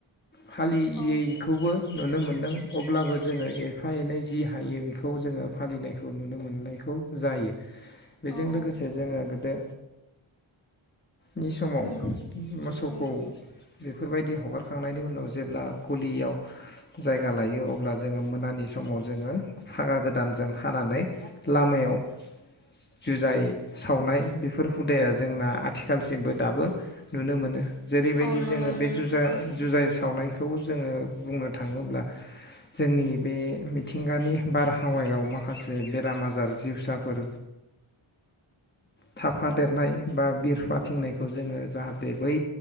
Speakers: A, on the left; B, on the left.
A: फालियैखौबो
B: औ
A: नुनो मोनदों अब्लाबो जोङो एफा एनै जि हायो बेख खौ जोङो फालिनायखौ नुनो मोननायखौ जायो। बेजों
B: औ
A: लोगोसे
B: औ
A: जोङो गोदो नि समाव
B: नंगौ
A: मोसौखौ
B: औ
A: बेफोरबायदि हगारखांनायनि उनाव जेब्ला गलियाव जायगा लायो अब्ला जोङो मोनानि समाव जोङो फागा गोदानजों खानानै लामायाव जुजाय सावनाय बेफोर हुदाया जोंना आथिखालसिमबो दाबो नुनो मोनो जेरैबायदि
B: औ नुनो
A: जोङो
B: मोनो
A: बे
B: नोंथां
A: जुजा
B: औ औ
A: जुजाय सावनायखौ जोङो बुंनो थाङोब्ला जोंनि बे मिथिंगानि बारहावायाव माखासे बेराम आजार जिउसाफोर थाफा
B: औ
A: देरनाय बा बिरफाथिंनायखौ जोङो जाहाथे बै